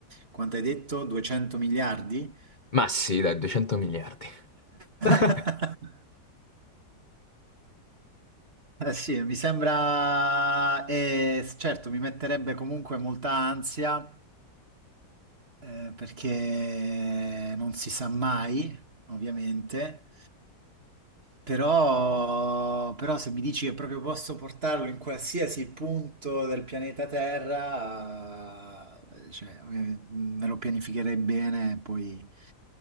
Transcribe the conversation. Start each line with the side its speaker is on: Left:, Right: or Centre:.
Right: quanto hai detto? 200 miliardi?
Left: Ma sì, dai, 200 miliardi.
Right: <laughs>
Left: <laughs>
Right: Eh sì, mi sembra, eh, certo, mi metterebbe comunque molta ansia, eh, perché non si sa mai, ovviamente, però, però se mi dici che proprio posso portarlo in qualsiasi punto del pianeta Terra, eh, cioè, ovviamente, me lo pianificherei bene e poi,